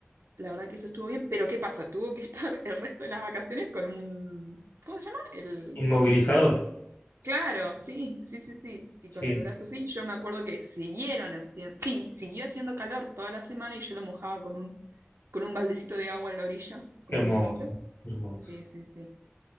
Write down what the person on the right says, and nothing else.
La verdad que eso estuvo bien, pero ¿qué pasa? Tuvo que <laughs> estar el resto de las vacaciones con un... ¿Cómo se llama? El...
Claro, sí, sí, sí, sí. Y
con el brazo, sí. Yo me acuerdo que siguieron haciendo... Sí, siguió haciendo calor toda la semana y yo lo mojaba con un, con un baldecito de agua en la orilla, como
un nenito.
Sí, sí, sí.